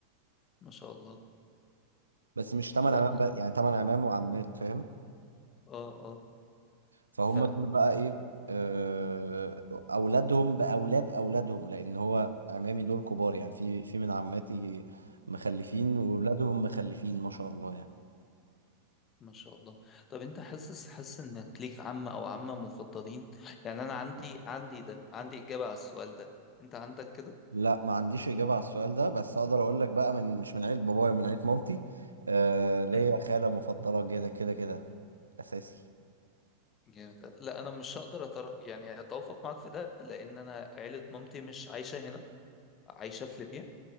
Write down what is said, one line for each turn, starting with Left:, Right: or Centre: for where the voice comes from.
Left: ما شاء الله
Right: بس مش تمن
Left: لا
Right: عمام
Left: لا
Right: بقى يعني تمن عمام وعمات فاهم
Left: اه اه
Right: فهم
Left: ف
Right: دول بقى إيه آه، أولادهم بأولاد أولادهم لأن هو عمامي دول كبار يعني في في من عماتي مخلفين وولادهم مخلفين ما شاء الله يعني
Left: ما شاء الله طب انت حاسس حاسس انك ليك عم او عمة مفضلين يعني انا عندي عندي ده عندي إجابة على السؤال ده انت عندك كده
Right: لا ما عنديش إجابة على السؤال ده بس أقدر أقول لك بقى من مش من عيلة بابايا من عيلة مامتي آه ليا
Left: مم.
Right: خالة مفضلة كده كده كده أساسي
Left: جامد لا انا مش هقدر أتر... يعني اتوافق معاك في ده لان انا عيله مامتي مش عايشه هنا عايشه في ليبيا